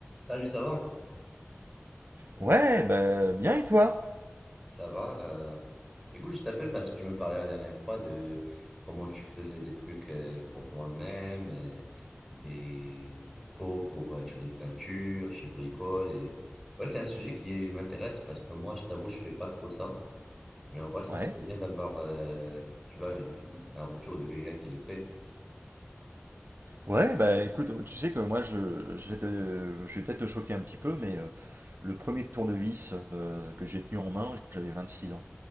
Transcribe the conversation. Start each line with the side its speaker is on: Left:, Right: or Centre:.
Centre: Salut, ça va?
Right: Ouais, bah bien et toi?
Centre: Ça va. euh, Écoute, je t'appelle parce que tu me parlais la dernière fois de comment tu faisais des trucs euh, pour toi-même, euh, des pots pour euh, tu les peintures, tu bricoles. Et... Ouais, c'est un sujet qui m'intéresse parce que moi, je t'avoue, je fais pas trop ça. Mais en vrai, ça
Right: Ouais.
Centre: serait bien d'avoir, euh, tu vois, un retour de quelqu'un qui le fait.
Right: Ouais, bah écoute, tu sais que moi je, je vais te, je vais peut-être te choquer un petit peu, mais euh, le premier tournevis euh, que j'ai tenu en main, j'avais 26 ans,